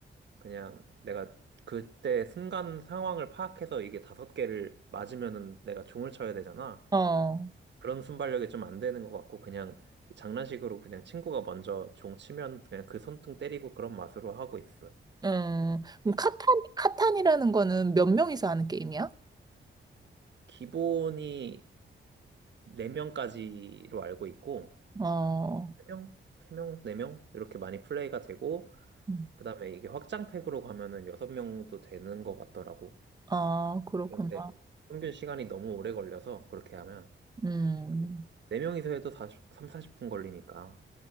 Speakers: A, on the right; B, on the right.
A: 그냥 내가 그때 순간 상황을 파악해서 이게 다섯 개를 맞으면은 내가 종을 쳐야 되잖아.
B: 어,
A: 그런 순발력이 좀 안 되는 것 같고 그냥 장난식으로 그냥 친구가 먼저 종 치면 그냥 그 손등 때리고 그런 맛으로 하고 있어.
B: 음. 그럼 카탄, 카탄이라는 거는 몇 명이서 하는 게임이야?
A: 기본이 4명까지로 알고 있고
B: 어,
A: 3명, 3명, 4명 이렇게 많이 플레이가 되고
B: 음.
A: 그다음에 이게 확장팩으로 가면은 6명도 되는 것 같더라고.
B: 아, 그렇구나.
A: 그런데 평균 시간이 너무 오래 걸려서 그렇게 하면
B: 음,
A: 4명이서 해도 40, 3, 40분 걸리니까.